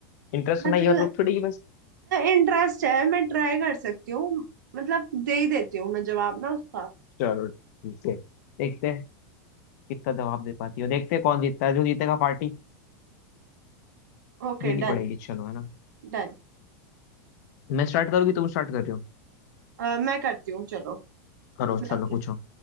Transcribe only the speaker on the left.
इंटरेस्ट
होना ये मतलब थोड़ी कि बस
चलो ठीक है देखते हैं कितना जवाब दे पाती हो देखते हैं कौन जीतता है जो जीतेगा पार्टी
देनी
पड़ेगी चलो है ना
मैं स्टार्ट करूँ कि तुम स्टार्ट कर रहे हो
करो
चलो
पूछो